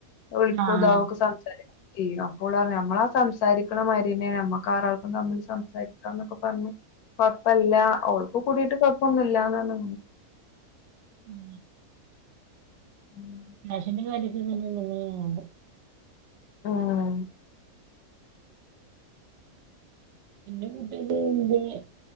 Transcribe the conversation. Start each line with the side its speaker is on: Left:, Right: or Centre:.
Left: ഉളിക്കോത്
Right: ആഹ്
Left: അവക്ക സംസാര <unintelligible> <inaudible> അപ്പോൾ നമ്മളാ സംസാരിക്കണ മരീനെ നമ്മക്ക് ആരാൾക്കും തമ്മിൽ സംസാരിക്കണം എന്നൊക്കെ <unintelligible> കൊഴപ്പല്ല ഉൾപ്പ കൂടിട്ട് കൊഴപ്പൊന്നുമ ഇല്ലന്ന്
Right: ഉം
Left: ഉം
Right: രാഷിന്റെ കാര്യൊക്കെ <inaudible> <unintelligible>
Left: ആഹ
Right: ഉ പിെ കട്ടത്്പ <unintelligible>